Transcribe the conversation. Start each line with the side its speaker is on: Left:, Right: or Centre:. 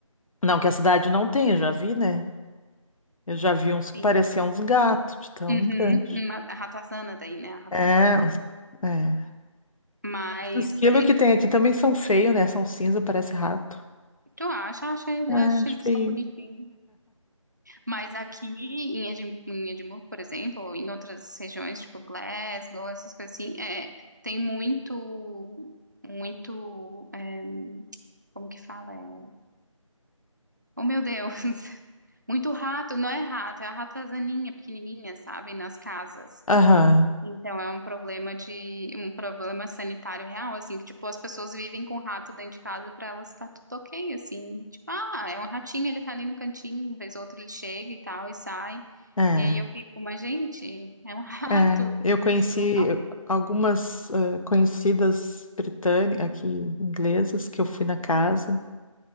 Left: Não, que a cidade não tem, eu já vi, né? Eu já vi uns que
Right: Sim.
Left: pareciam uns gatos, de tão
Right: Uhum,
Left: grande.
Right: uma- a ratazana daí, né? A ratazana,
Left: É, uns-
Right: né?
Left: é.
Right: Mas
Left: Os esquilos
Right: é
Left: que
Right: que
Left: tem aqui também são feios, né? São cinza, parece rato.
Right: tu acha, acha,
Left: É,
Right: acho
Left: acho
Right: eles
Left: feio.
Right: tão bonitinhos. Mas aqui em Edim- em Edimburgo, por exemplo, ou em outras regiões, tipo Glasgow, essas coisas assim, é, tem muito, muito, é, como que fala? É, oh, meu Deus! <laughs> Muito rato, não é rato, é a ratazaninha pequenininha, sabe? Nas casas.
Left: Aham.
Right: Então é um problema de um problema sanitário real, assim, que tipo as pessoas vivem com o rato dentro de casa e para elas tá tudo ok, assim, tipo, ah, é um ratinho, ele tá ali no cantinho, uma vez ou outra ele chega e tal e sai.
Left: É. é.
Right: E aí eu fico, mas gente, é um <laughs> rato.
Left: É, eu conheci
Right: Tipo, não tá ok.
Left: eu- algumas eh, conhecidas britânicas, aqui inglesas, que eu fui na casa.